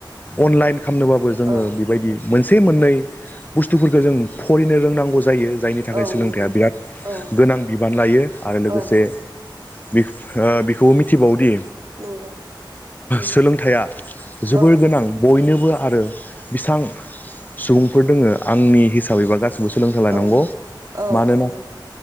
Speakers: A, on the left; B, on the right.
A: अनलाइन खालामनोबाबो जोङो
B: औ
A: बेबायदि मोनसे मोननैववववशशनशननननन बुस्थुफोरखौ जों फरायिनो रोंनांगौ जायो जायनि थाखाय
B: औ
A: सोलोंथाइया
B: नंगौ
A: बिराद
B: औ
A: गोनां बिबान लायो आरो लोगोसे
B: औ
A: बिब-बेखौबो मिथिबावोदि
B: नंगौ उम
A: सोलोंथाइया जोबोर
B: औ
A: गोनां बयनो आरो बेसां सुबुंफोर दोङो आंनि हिसाबैबा गासिबो सो लोंथायलानांगौ
B: औ औ
A: मानोना
B: नंगौ